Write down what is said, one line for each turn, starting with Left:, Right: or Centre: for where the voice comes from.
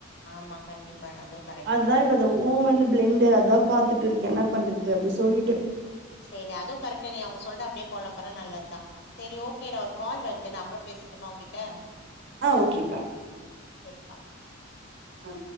Left: ஆமா கண்டிப்பா அதுவு கரெக்ட்
Right: அதா
Left: தா
Right: இப்ப அத
Left: ம்
Right: ஓவன் பிளெண்டு அதா பாத்துட்ருக்கே என்ன பண்றது அப்டி சொல்லிட்டு
Left: செரி அதுவு கரெக்டு நீ அவுங்க சொல்ற அப்டியே ஃபாலோ பண்ணா நல்லதா செரி ஓகேடா ஒரு கால் வருது நா அப்பற பேச ட்டுமா உங்கிட்ட
Right: அ ஓகேகா
Left: சேரிப்பா
Right: அ